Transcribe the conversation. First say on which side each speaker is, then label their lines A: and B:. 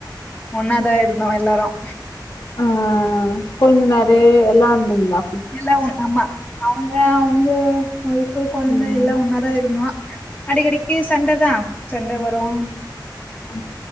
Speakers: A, on the left; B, on the left.
A: ஒண்ணாதா இருந்தோம் எல்லாரும்
B: ஆ கொழுந்தநாரு எல்லா வந்தீங்ளா
A: இல்ல ஒன் ஆமா அவுங்க அவுங்க ஒய்ஃபு கொழுந்த
B: ம்
A: எல்லா ஒன்னாதா இருந்தோ அடிக்கடிக்கு சண்ட தா சண்ட வரும்
B: ஆ